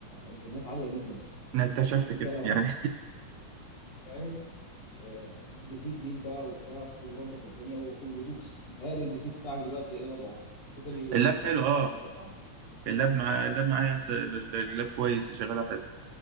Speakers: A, on the left; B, on the right.
A: امكانيات عاليه جدا
B: انا اكتشفت
A: انت
B: كده
A: لو
B: يعني
A: قعدت فاهم آه، بي سي جديد بقى وبتاع وظبط الدنيا وخ- ودوس متهيألي البي سي بتاعك دلوقتي ايه وضعه تفتكر ي-
B: اللاب حلو
A: ينفع
B: اه
A: يشغلها
B: اللاب مع اللاب معايا انت ال- ال- اللاب كويس شغاله حلو